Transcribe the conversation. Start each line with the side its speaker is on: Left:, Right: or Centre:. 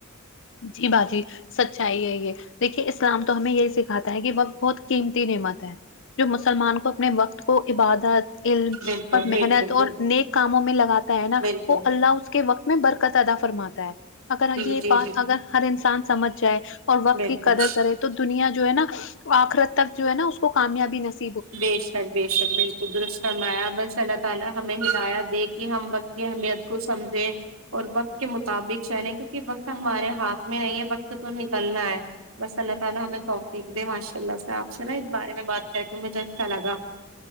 Left: جی باجی سچائی ہے یہ دیکھیے اسلام تو ہمیں یہی سکھاتا ہے کہ وہ بہت قیمتی نعمت ہے جو مسلمان کو اپنے وقت کو عبادا ت علم
Right: بالکل
Left: اور محنت
Right: بالکل
Left: اور
Right: بالکل
Left: نیک کاموں میں لگاتا ہے نا
Right: بالکل
Left: وہ اللہ اس کے وقت میں برکت ادا فرماتا ہے اگر اگ
Right: جی
Left: یہ
Right: جی
Left: بات
Right: جی
Left: اگر ہر انسان سمجھ جائے اور وقت
Right: بالکل
Left: کی قدر کرے تو دنیا جو ہے نا آخرت تک جو ہے نا اس کو کامیابی نصیب کرے
Right: بے شک بے شک بالکل درست فرمایا بس اللہ تعالی ہمیں ہدایت دے کہ ہم وق ت کی اہمیت کو سمجھے اور وقت کے مطابق چلیں کیونکہ وقت ہمارے ہاتھ میں نہیں ہے وقت تو نکلنا ہے بس اللہ تعالی ہمیں توقیق دے ماشاء اللہ سے آپ سے نا اس بارے میں بات کر تو مجھے اچھا لگا